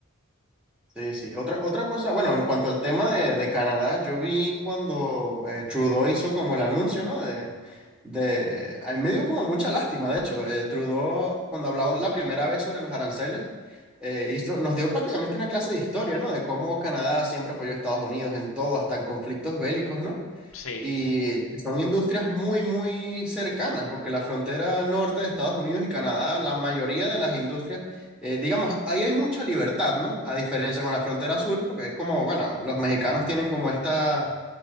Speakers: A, in the centre; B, on the left.
A: Sí, sí. Otra, otra cosa, bueno, en cuanto al tema de, de Canadá, yo vi cuando eh, Trudeau hizo como el anuncio, ¿no? De, de, a mí me dio como mucha lástima, de hecho. Eh, Trudeau, cuando habló la primera vez sobre los aranceles, eh, hizo- nos dio prácticamente una clase de historia, ¿no? De cómo Canadá siempre apoyó a Estados Unidos en todo, hasta en conflictos bélicos, ¿no?
B: Sí,
A: Y
B: sí, sí.
A: son industrias muy, muy cercanas, porque la frontera norte de Estados Unidos y Canadá, la mayoría de las industrias, eh, digamos, ahí hay mucha libertad, ¿no? A diferencia con la frontera sur, porque es como, bueno, los mexicanos tienen como esta,